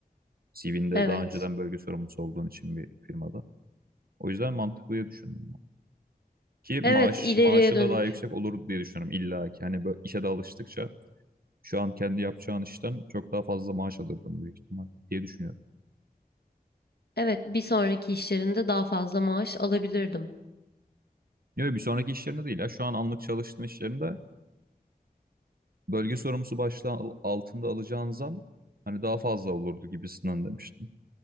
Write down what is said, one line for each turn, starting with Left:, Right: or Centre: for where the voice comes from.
Right: CV'nde
Left: Evet.
Right: daha önceden bölge sorumlusu olduğun için bir firmada. O yüzden mantıklı diye düşündüm Ki maaş
Left: Evet, ileriye
Right: maaşı
Left: dönük.
Right: da daha yüksek olur diye düşünüyorum illa ki. Hani böyle işe de alıştıkça şu an kendi yapacağın işten çok daha fazla maaş alırdım büyük ihtimal diye düşünüyorum.
Left: Evet, bir sonraki işlerinde daha fazla maaş alabilirdim.
Right: Yok bir sonraki işlerinde değil ya. Şu an anlık çalıştığın işlerinde bölge sorumlusu başlığı al- altında alacağın zam hani daha fazla olurdu gibisinden demiştim.